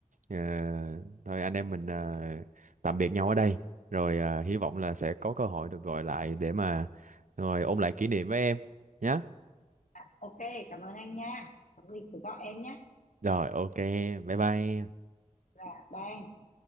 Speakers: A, on the right (about 70°); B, on the left (about 65°).
A: Ờ, thôi anh em mình ờ, tạm biệt nhau ở đây rồi ờ, hy vọng là sẽ có cơ hội được gọi lại để mà rồi ôn lại kỷ niệm với em nhé
B: À, ok cảm ơn anh nha có gì cứ gọi em nhé
A: rồi ok bye bye em
B: là bye anh.